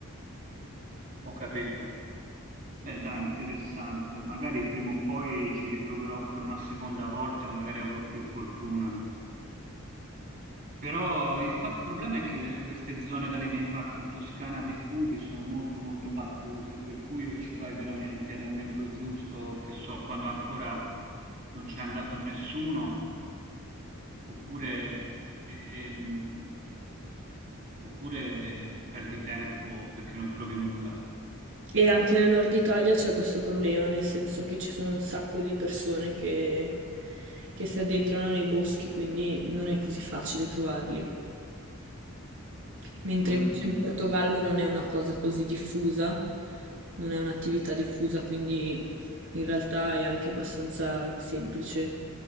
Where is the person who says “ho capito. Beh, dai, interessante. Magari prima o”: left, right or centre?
Right